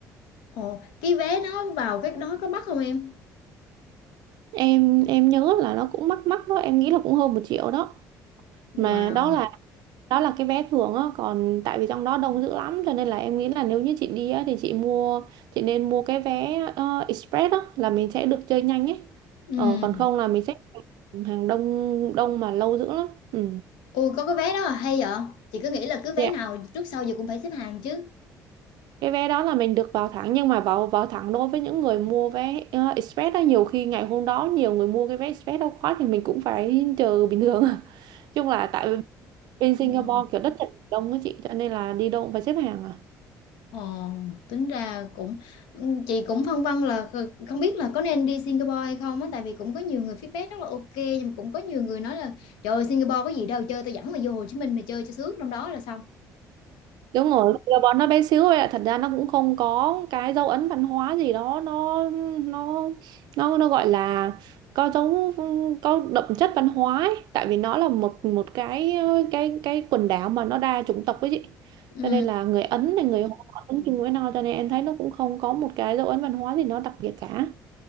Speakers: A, on the left (about 85°); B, on the right (about 70°).
A: ồ cái vé nó vào cái đó có bắt không em
B: em em nhớ là nó cũng mắc mắc đó em nghĩ là cũng hơn một triệu đó
A: wow
B: mà đó là đó là cái vé thường á còn tại vì trong đó đông dữ lắm cho nên là em nghĩ là nếu như chị đi á thì chị mua chị nên mua cái vé ờ, express đó là mình sẽ được chơi nhanh ấy
A: ừ
B: ờ, còn không là mình sẽ hàng đông đông mà lâu dữ lắm ừ.
A: ui có cái vé đó là hay vậy chị cứ nghĩ là cứ vé
B: Dạ.
A: nào trước sau giờ cũng phải xếp hàng chứ
B: cái vé đó là mình được vào thẳng nhưng mà vào vào thẳng đối với những người mua vé ờ, express đó nhiều khi ngày hôm đó nhiều người mua cái vé express đâu khóa thì mình cũng phải chờ bình thường <laughs> chung là tại bên Singapore
A: ừ
B: kiểu đất thật đông á chị cho nên là đi đâu cũng phải xếp hàng à
A: ồ tính ra cũng chị cũng phân vân là kh- không biết là có nên đi Singapore hay không á tại vì cũng có nhiều người feedback rất là ok nhưng mà cũng có nhiều người nói là trời ơi Singapore có gì đâu chơi tao dẫn mày vô Hồ Chí Minh mày chơi cho sướng trong đó là xong
B: đúng rồi Singapore nó bé xíu vậy ạ. thật ra nó cũng không có cái dấu ấn văn hóa gì đó nó nó nó nó gọi là có dấu có đậm chất văn hóa ấy. tại vì nó là một một cái cái cái quần đảo mà nó đa chủng tộc ấy chị
A: ừ
B: cho nên là người Ấn này người Hoa cũng chung với nhau cho nên em thấy nó cũng không có một cái dấu ấn văn hóa gì nó đặc biệt cả